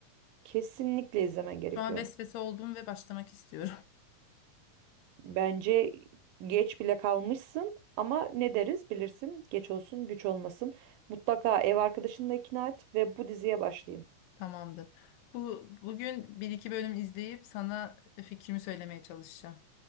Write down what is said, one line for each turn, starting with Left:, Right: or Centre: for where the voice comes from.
Right: Kesinlikle izlemen gerekiyor.
Left: Şu an vesvese oldum ve başlamak istiyorum.
Right: Bence geç bile kalmışsın ama ne deriz bilirsin geç olsun güç olmasın. Mutlaka ev arkadaşını da ikna et ve bu diziye başlayın.
Left: Tamamdır. Bu bugün bir iki bölüm izleyip sana fikrimi söylemeye çalışacağım.